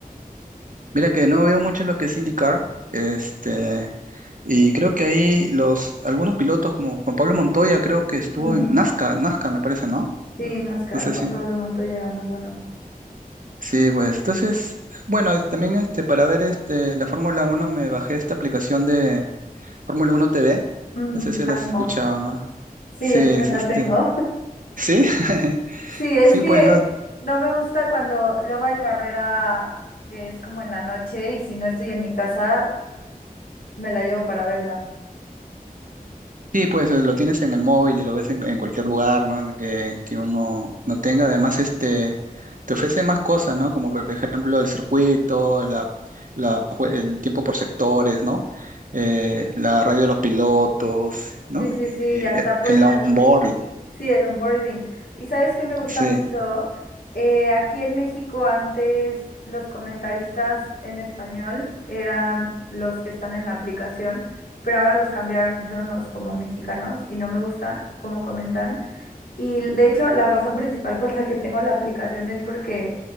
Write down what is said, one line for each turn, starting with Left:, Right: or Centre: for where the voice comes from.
Right: Mira que no veo mucho lo que es indicar este, y creo que ahí los, algunos pilotos como Juan Pablo Montoya creo que estuvo
Left: Ujú.
Right: en Nazca, Nazca me parece, ¿no?
Left: Sí,
Right: No
Left: NASCAR,
Right: sé
Left: Juan
Right: si,
Left: Pablo Montoya era muy bueno.
Right: sí, pues, entonces, bueno, es- también este, para ver este, la Fórmula Uno me bajé esta aplicación de Fórmula 1 TV,
Left: Mm,
Right: no sé
Left: la
Right: si la has
Left: amo.
Right: escuchado, ¿no?
Left: Sí,
Right: Sí,
Left: yo también
Right: es
Left: la
Right: este,
Left: tengo.
Right: sí, <laughs>
Left: Sí, es
Right: sí,
Left: que
Right: pues, ¿no?
Left: no me gusta cuando luego hay carrera que es como en la noche y si no estoy en mi casa, me la llevo para verla.
Right: Sí, pues eh, lo tienes en el móvil y lo ves en, en cualquier lugar, ¿no? En Que, que uno no tenga. Además, este, te ofrece más cosas, ¿no? Como por ejemplo el circuito, la, la jue- el tiempo por sectores, ¿no? Eh,
Left: Sí,
Right: la radio de los pilotos, ¿no?
Left: sí, sí, sí,
Right: Y,
Left: y hasta
Right: eh,
Left: puedes
Right: el
Left: ver,
Right: onboard,
Left: sí, el onboarding. ¿Y sabes qué me gusta
Right: sí.
Left: mucho? Eh, aquí en México antes los comentaristas en español eran los que están en la aplicación, pero ahora los cambiaron y son unos como mexicanos y no me gustan cómo comentan. Y de hecho, la razón principal por la que tengo la aplicación es porque